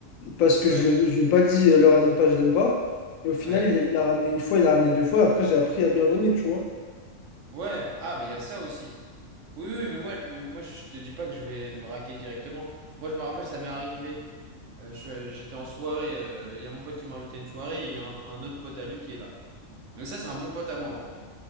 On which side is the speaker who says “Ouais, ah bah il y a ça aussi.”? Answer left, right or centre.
Right